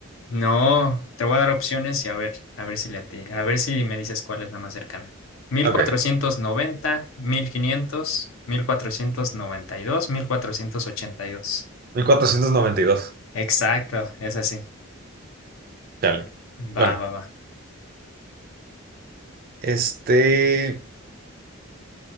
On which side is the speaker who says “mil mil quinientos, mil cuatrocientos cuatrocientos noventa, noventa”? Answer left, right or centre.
Left